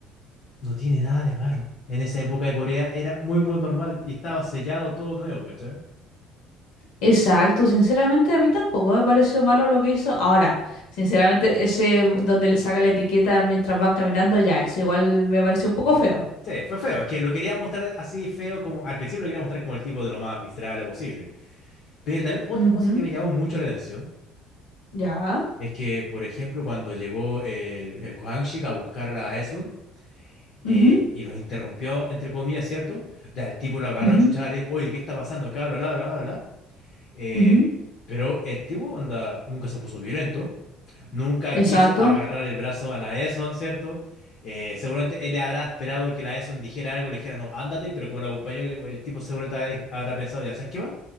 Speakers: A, on the left (about 50°); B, on the left (about 85°).
A: no tiene nada de malo. En esa época de Corea era muy, muy normal y estaba sellado todo nuevo, ¿cachai?
B: Exacto, sinceramente a mí tampoco me pareció malo lo que hizo. Ahora, sinceramente, ese donde le saca la etiqueta mientras van caminando, ya, eso igual me pareció un poco feo.
A: Sí, fue feo. Es que lo quería mostrar así feo como... Al principio lo quería mostrar como el tipo de lo más miserable posible. Pero también otra
B: Ujú,
A: cosa que me llamó mucho la atención
B: Ya.
A: es que, por ejemplo, cuando llegó el, el Kohanshik a buscarla a Esun,
B: Ujú,
A: eh, y los interrumpió, entre comillas, ¿cierto? Ya el tipo lo agarró
B: ujú,
A: a chuchada, le dijo, oye, ¿qué está pasando acá? Bla, bla, bla, bla. Eh,
B: ujú.
A: pero el tipo, onda, nunca se puso violento. Nunca
B: Exacto.
A: quiso agarrar el brazo a la Eson, ¿cierto? Eh, seguramente él le habrá esperado que la Eson dijera algo, le dijera, no, ándate, pero como la acompañó, el, el tipo seguramente habrá habrá pensado, ya, ¿sabes qué va?